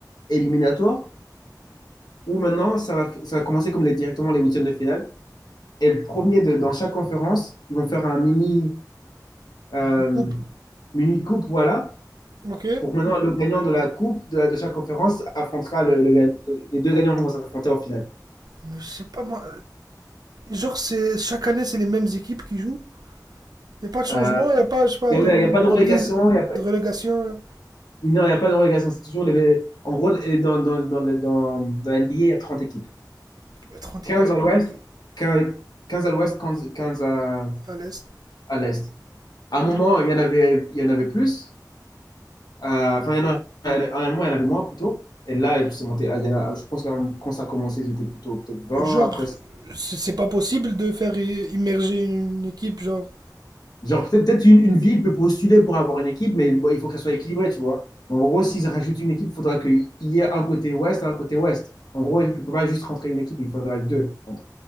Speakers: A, on the left (about 65°); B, on the right (about 65°).
A: éliminatoires, où maintenant, ça va, ça va commencer comme les, directement les huitièmes de finale. Et le premier de, dans chaque conférence, ils vont faire un mini, euh,
B: Ils coupent,
A: mini coupe, voilà,
B: ok.
A: Pour maintenant, le gagnant de la coupe de, de chaque conférence affrontera le, le gagnant- les deux gagnants vont s'affronter en finale.
B: Mais je sais pas, moi. Genre, c'est, chaque année, c'est les mêmes équipes qui jouent. Il n'y a pas de changement,
A: Euh,
B: il n'y a pas, je sais pas,
A: Il
B: de,
A: n'y a, il y a pas de
B: de,
A: relégation,
B: de-
A: il y a pas,
B: de relégation.
A: non, il y a pas de relégation. C'est toujours les, en gros les- dans, dans, dans, le- dans, dans la NBA, il y a 30 équipes.
B: Il y a trente
A: 15
B: équipes
A: à l'ouest, 15, 15 à l'ouest, 15, 15 à,
B: à l'Est.
A: à l'est. À un moment, il y en avait, il y en avait plus. Euh, enfin, il y en a- à un moment, il y en avait moins plutôt. Et là, c'est monté. à- il y en a- je pense que quand ça a commencé, ils étaient plutôt peut-être 20.
B: Genre,
A: Après,
B: c'est c'est pas possible de faire i- immerger une équipe, genre.
A: Genre, peut-être peut-être une, une ville peut postuler pour avoir une équipe, mais bon, il faut qu'elle soit équilibrée, tu vois. En gros, s'ils rajoutent une équipe, il faudra qu'il y ait un côté ouest, un côté ouest. En gros, il ne peut pas juste rentrer une équipe, il faudra deux. contre.